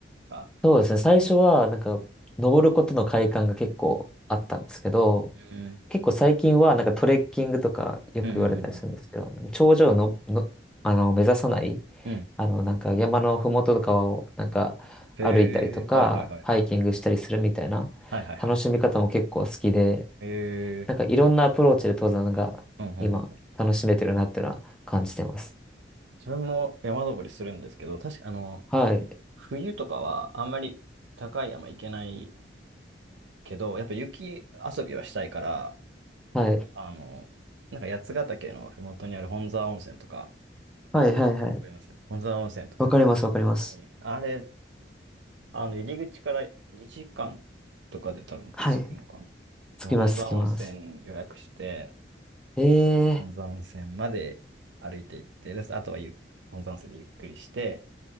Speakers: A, on the right (about 80°); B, in the centre.
A: か
B: そうですね。最初はなんか登ることの快感が結構あったんですけど、
A: うん。うん。
B: 結構最近はなんかトレッキングとかよく言われたりするんですけど、
A: うん。うん。うん。
B: 頂上の、の、あの、目指さない、
A: うん
B: あの、なんか山のふもととかをなんか歩いたりとか、
A: へえ、はいはいはいはいはい。
B: ハイキングしたりするみたいな
A: はいはいはい。
B: 楽しみ方も結構好きで、
A: えー、
B: なんかいろんなアプローチで登山が今楽しめてるなっていうのは感じてます。
A: うんうんうんうん。自分も山登りするんですけど、確かあの、
B: はい。
A: 冬とかはあんまり高い山行けないけど、やっぱ雪遊びはしたいから、
B: はい。
A: あの、なんか八ヶ岳のふもとにある本沢温泉とか、わ
B: はいはいはい。
A: かりますね。本沢温泉とか
B: わかりますわかります。
A: に、あれ、あの、入り口から2時間とかで多分着くのかな。
B: はい。つきます、
A: で本沢温泉予約して、
B: つきます。ええ
A: 本沢温泉まで歩いて行って、で、あとはゆ、本沢温泉でゆっくりして、